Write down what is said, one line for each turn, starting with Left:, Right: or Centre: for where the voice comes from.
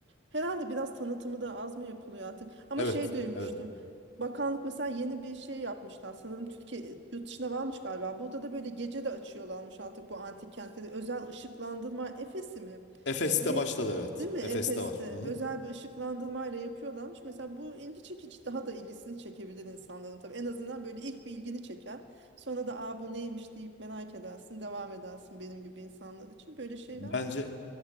Right: Herhalde biraz tanıtımı da az mı yapılıyor artık? Ama
Left: Evet,
Right: şey duymuştum.
Left: evet.
Right: Bakanlık mesela yeni bir şey yapmışlar. Sanırım Türkiye e, yurt dışına varmış galiba. Burada da böyle gece de açıyorlarmış artık bu antik kentleri. Özel ışıklandırma Efes'i mi?
Left: Efes'te
Right: Bir,
Left: başladı evet.
Right: değil mi Efes'te
Left: Efes'te var. Hı hı.
Right: özel bir ışıklandırmayla yapıyorlarmış. Mesela bu ilgi çekici daha da ilgisini çekebilir insanların tabii. En azından böyle ilk bir ilgini çeker. Sonra da aa bu neymiş deyip merak edersin, devam edersin benim gibi insanlar için. Böyle şeyler
Left: Bence